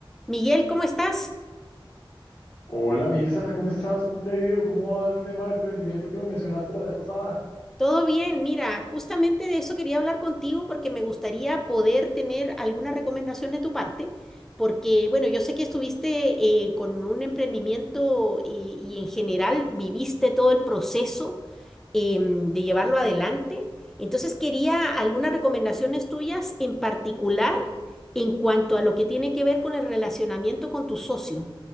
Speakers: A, in the centre; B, on the left.
A: Miguel, ¿cómo estás?
B: Hola Mirza, ¿cómo estás? ¿Cómo te ha ido? ¿Cómo va el tema del emprendimiento que me mencionaste la vez pasada?
A: Todo bien, mira, justamente de eso quería hablar contigo porque me gustaría poder tener alguna recomendación de tu parte, porque bueno, yo sé que estuviste eh, con un emprendimiento y, y en general viviste todo el proceso em, de llevarlo adelante, entonces quería algunas recomendaciones tuyas en particular en cuanto a lo que tiene que ver con el relacionamiento con tu socio.